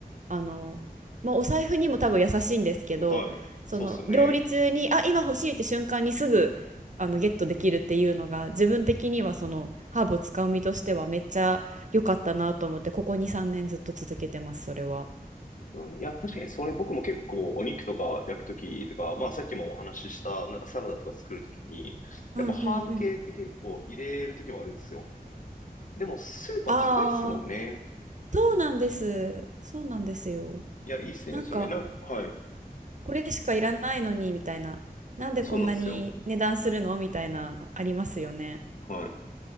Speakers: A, on the right (about 50°); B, on the left (about 55°).
A: あの、まあ、お財布にも多分優しいんですけどその料理中にあ今欲しいって瞬間にすぐあのゲットできるっていうのが自分的にはそのハーブを使う身としてはめっちゃ良かったなと思ってここ2、
B: はい。そうっすよね。
A: 3年ずっと続けてますそれは。
B: そうねいや、確かにそれ僕も結構お肉とか焼くときとか、まあさっきもお話ししたなんかサラダとか作るときに、
A: うんうんうん。
B: やっぱハーブ系って結構入れるときはあるんですよ。でもスーパー高いっすもんね。
A: ああ、そうなんです。そうなんですよ。
B: いや、いいっすね、
A: なんか、
B: それ。なん、はい。
A: これしかいらないのに、みたいな。なんでこんなに値段するのみたいなのありますよね。
B: そうなんですよ。はい。